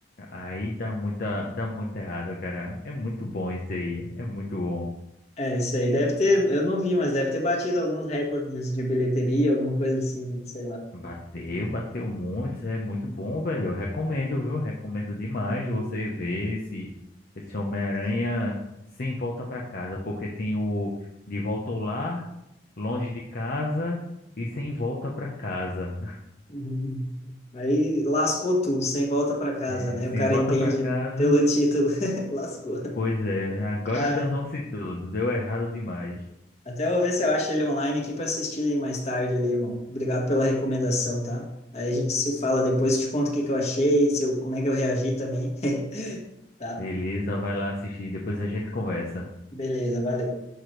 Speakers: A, on the left (about 55°); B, on the left (about 40°).
A: Aí dá muita, dá muito errado, cara. É muito bom isso aí. É muito bom.
B: É, isso aí deve ter, eu não vi, mas deve ter batido alguns recordes de bilheteria, alguma coisa assim, sei lá.
A: Bateu, bateu muitos. É muito bom, velho. Eu recomendo, viu? Recomendo demais
B: Hum,
A: você ver esse, esse Homem-Aranha sem volta pra casa. Porque tem o De Volta ao Lar, Longe de Casa e Sem Volta pra Casa.
B: uhum. Aí lascou tudo, sem volta para casa,
A: É,
B: né?
A: sem
B: O cara
A: volta
B: entende
A: pra casa.
B: pelo título, <laughs> lascou.
A: Pois é, agora
B: Mas
A: danou-se tudo. Deu errado demais.
B: até vou ver se eu acho ele online aqui para assistir mais tarde ali, irmão. Obrigado pela recomendação, tá? Aí a gente se fala depois, te conto o que que eu achei, se eu, como é que eu reagi também, <laughs> tá?
A: Beleza, vai lá assistir. Depois a gente conversa.
B: Beleza, valeu.